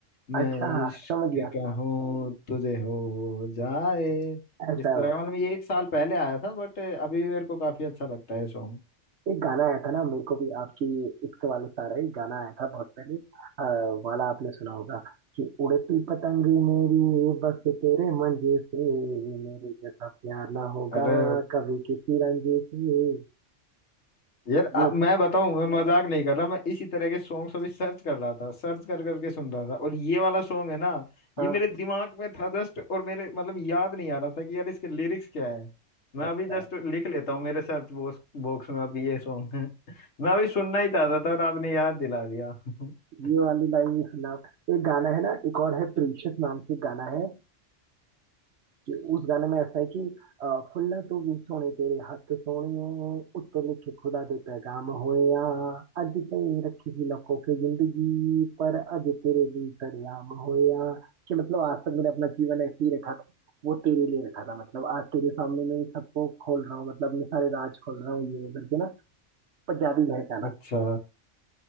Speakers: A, on the left; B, on the right.
A: मैं
B: अच्छा
A: इश्क
B: समझ गया
A: कहूँ तुझे हो जाए
B: ऐसा
A: इस तरह
B: हो
A: का मतलब ये एक साल पहले आया था बट अभी भी मेरे को काफी अच्छा लगता है सॉन्ग
B: एक गाना आया था ना मेरे को भी आपकी इश्क वाले सारा ही गाना आया था बहुत पहले आ, वाला आपने सुना होगा कि उड़ती पतंग मेरी बस तेरे मंजे से मेरे जैसा प्यार ना होगा
A: अरे
B: कभी किसी रंजे से
A: यार
B: ये
A: आ, मैं बताऊं मैं मजाक नहीं कर रहा मैं इसी तरह के सॉन्ग्स अभी सर्च कर रहा था सर्च कर करके सुन रहा था और ये वाला सॉन्ग है ना
B: उसका
A: ये मेरे दिमाग में था जस्ट और मेरे मतलब याद नहीं आ रहा था कि यार इसके लिरिक्स क्या है मैं
B: अच्छा
A: अभी जस्ट लिख लेता हूँ मेरे सर्च बॉक्स बॉक्स में अभी ये सॉन्ग है <laughs> मैं अभी सुनना ही चाहता था और आपने याद दिला दिया <laughs>
B: ये वाली लाइन भी सुना आप। एक गाना है ना एक और है प्रीशियस नाम से गाना है कि उस गाने में ऐसा है कि अ, फुल्ला तू भी सोने तेरे हत्थ सोहणिए उत्ते लिखे खुदा दे पैगाम होया अज ताईं रखी ही लखों की जिंदगी पर अज तेरे लिए सरेआम होया कि मतलब आज तक मैंने अपना जीवन ऐसे ही रखा था वो तेरे लिए रखा था मतलब आज तेरे सामने मैं इन सबको खोल रहा हूँ मतलब अपने सारे राज खोल रहा हूँ ये वो करके ना पंजाबी है गाना
A: अच्छा